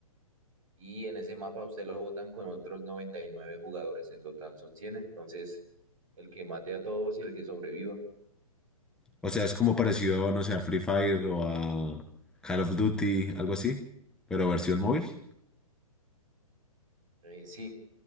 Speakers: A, on the right (about 65°); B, in the centre.
A: y en ese mapa usted lo botan con otros 99 jugadores. En total son 100. Entonces, el que mate a todos y el que sobreviva.
B: O sea, es como parecido, no sé, a Free Fire o a Call of Duty, algo así, pero versión móvil.
A: Eh, sí,